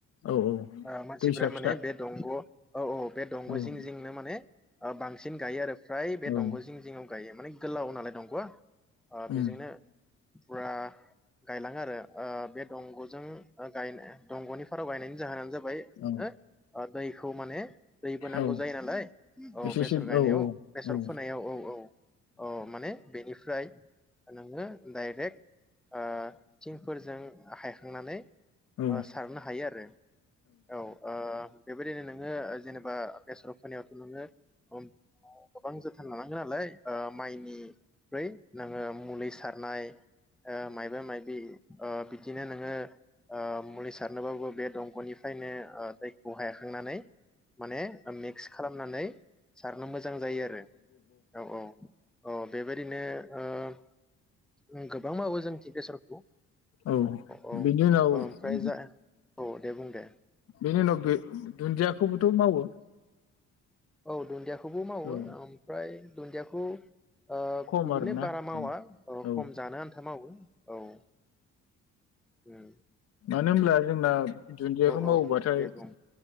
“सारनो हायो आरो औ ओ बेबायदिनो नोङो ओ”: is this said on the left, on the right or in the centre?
Centre